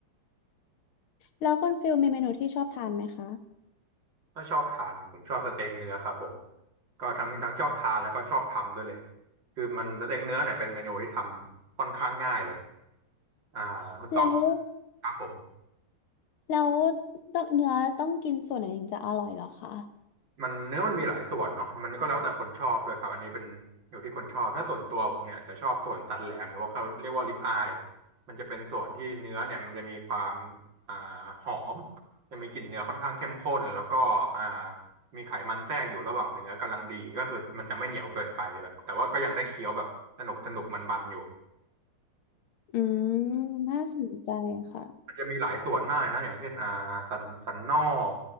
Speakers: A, on the left (about 75°); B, on the right (about 60°).
A: แล้วคุณฟิลมีเมนูที่ชอบทานไหมคะ
B: ก็ชอบทานผมชอบสเต็กเนื้อครับผมก็ทั้งทั้งชอบทานแล้วก็ชอบทำด้วยเลยคือมันสเต็กเนื้อเนี่ยเป็นเมนูที่ทำค่อนข้างง่ายเลยอ่าคุณตอง
A: แล้ว
B: ครับผม
A: แล้วต้องเนื้อต้องกินส่วนไหนถึงจะอร่อยเหรอคะ
B: มันเนื้อมันมีหลายส่วนเนาะมันก็แล้วแต่คนชอบด้วยครับอันนี้เป็นอยู่ที่คนชอบถ้าส่วนตัวผมเนี่ยจะชอบส่วนสันแหลมหรือว่าเขาเรียกว่าริบอายมันจะเป็นส่วนที่เนื้อเนี่ยมันจะมีความอ่าหอมจะมีกลิ่นเนื้อค่อนข้างเข้มข้นแล้วก็อ่ามีไขมันแทรกอยู่ระหว่างเนื้อกำลังดีก็คือมันจะไม่เหนียวเกินไปแบบแต่ว่าก็ยังได้เคี้ยวแบบสนุกสนุกมันๆอยู่
A: อืมน่าสนใจค่ะ
B: มันจะมีหลายส่วนมากนะอย่างเช่นอ่าสันสันนอก